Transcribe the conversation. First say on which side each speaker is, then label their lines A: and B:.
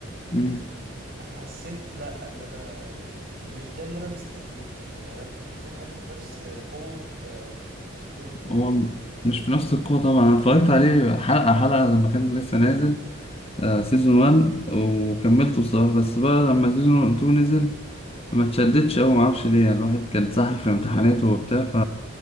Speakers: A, on the left (about 30°); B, on the right (about 45°).
A: مم.
B: حسيت لا ان انا مش ده اللي انا مستنيه يعني انا كنت مستني حاجة في نفس قوة جيم اوف ثرونز
A: هو مش في نفس القوة طبعا انا اتفرجت عليه حلقة حلقة لما كان لسه نازل آه سيزون 1 وكملته الصراحة بس بقى لما سيزون 2 نزل ما اتشدتش أوي معرفش ليه يعني الواحد كان اتسحل في امتحاناته وبتاع ف